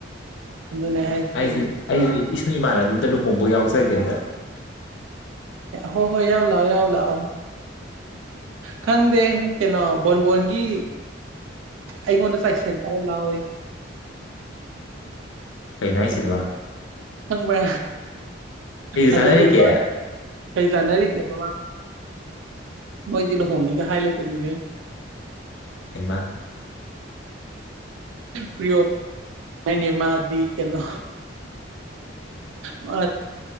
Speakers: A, on the right; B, on the left.
A: ꯑꯗꯨꯅꯦ ꯍꯥꯏꯁꯦ
B: ꯑꯩꯁꯨ ꯑꯩꯁꯨ ꯏꯁꯁꯨꯨ ꯏꯃꯥꯟꯅꯕꯤ ꯑꯝꯇ ꯂꯨꯍꯣꯡꯕ ꯌꯥꯎꯖꯒꯦ ꯑꯝꯇ
A: ꯍꯣ ꯍꯣꯏ ꯌꯥꯎ ꯂ ꯌꯥꯎ ꯂꯥꯛꯑꯣ ꯈꯪꯗꯦ ꯀꯩꯅꯣ ꯕꯣꯟꯕꯣꯟꯒꯤ ꯑꯩ ꯃꯣꯟꯇ ꯆꯥꯏ ꯁꯦꯟꯇꯔ ꯂꯑꯣꯣꯏ
B: ꯍꯅꯁꯤꯕ
A: ꯈꯪꯕ꯭ꯔꯥ ꯑꯗꯨꯒꯨꯝꯕ
B: ꯆꯥꯟꯅꯔꯤꯒꯦ
A: ꯀꯩ ꯆꯥꯟꯅꯔꯤꯒꯦꯕ ꯃꯣꯏꯗꯤ ꯂꯨꯍꯣꯡꯅꯤꯒ ꯍꯥꯏ ꯂꯩꯦꯕꯅꯤꯕ
B: ꯑꯃ
A: ꯄꯣ ꯃꯅꯦ ꯃꯥꯗꯤ ꯀꯩꯅꯣ ꯃꯥ